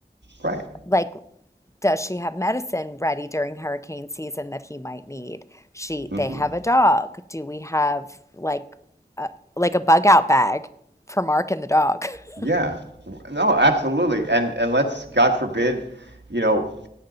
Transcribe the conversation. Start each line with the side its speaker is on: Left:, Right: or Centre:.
Right: right.
Left: Like, does she have medicine ready during hurricane season that he might need? She,
Right: hmm
Left: they have a dog. Do we have like a, like a bug out bag for Mark and the dog? <laughs>
Right: Yeah. No, absolutely. And and let's God forbid, you know,